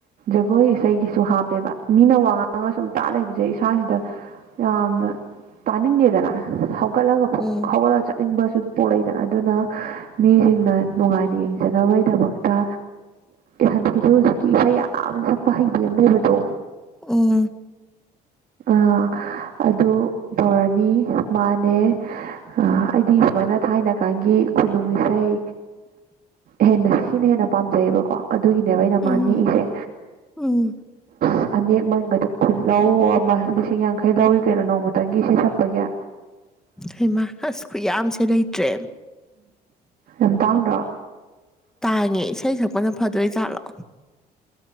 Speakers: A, on the right; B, in the centre.
A: ꯖꯒꯣꯏ ꯏꯁꯩꯒꯤꯁꯨ ꯍꯥꯞꯄꯦꯕ ꯃꯤꯅ ꯋꯥ ꯉꯥꯡꯉꯒ ꯁꯨꯝ ꯇꯥ ꯂꯩꯕꯁꯦ ꯏꯁꯥꯁꯤꯗ ꯌꯥꯝꯅ ꯇꯥꯅꯤꯡꯗꯦꯗꯅ ꯀꯠꯂꯒ ꯐꯨꯛ
B: ꯎꯝ
A: ꯍꯧꯒꯠꯂꯒ ꯆꯠꯅꯤꯡꯕꯁꯨ ꯄꯣꯛꯂꯛꯏꯗꯅ ꯑꯗꯨꯅ ꯃꯤꯁꯤꯡꯅ ꯅꯨꯡꯉꯥꯏꯅ ꯌꯦꯡꯖꯅꯕꯒꯤꯗꯃꯛꯇ ꯍꯧꯖꯤꯛ ꯍꯧꯖꯤꯛꯀꯤ ꯏꯁꯩ ꯌꯥꯝꯅ ꯁꯛꯄ ꯍꯩꯕꯤ ꯑꯃ ꯂꯩꯕꯗꯣ
B: ꯎꯝ
A: ꯑꯥ ꯑꯗꯨ ꯇꯧꯔꯅꯤ ꯃꯥꯅꯦ ꯑꯩꯗꯤ ꯁꯨꯃꯥꯏꯅ ꯊꯥꯏꯅ ꯀꯥꯟꯒꯤ ꯈꯨꯅꯨꯡ ꯏꯁꯩ ꯍꯦꯟꯅ ꯁꯤꯅ ꯍꯦꯟꯅ ꯄꯥꯝꯖꯩꯌꯦꯕꯀꯣ ꯑꯗꯨꯒꯤꯅꯦꯕ ꯑꯩꯅ
B: ꯎꯝ
A: ꯃꯥꯅꯤꯡꯦꯛꯏꯁꯦ
B: ꯎꯝ
A: ꯎ ꯑꯅꯦꯛ ꯃꯅꯤꯡꯒꯗꯤ ꯈꯨꯜꯂꯧ ꯑꯃ ꯂꯤꯁꯤꯡ ꯌꯥꯡꯈꯩ ꯂꯧꯏꯤ ꯀꯩꯅꯣ ꯅꯣꯡꯃꯇꯪꯒꯤ ꯏꯁꯩꯩ ꯁꯛꯄꯒꯤ
B: ꯍꯩꯃꯁ ꯈꯨꯠꯌꯥꯝꯁꯦ ꯂꯩꯇ꯭ꯔꯦ
A: ꯌꯥꯝ ꯇꯥꯡꯗ꯭ꯔꯣ
B: ꯇꯥꯡꯉꯦ ꯏꯁꯩ ꯁꯛꯄꯅ ꯐꯗꯣꯏꯖꯥꯠꯂꯣ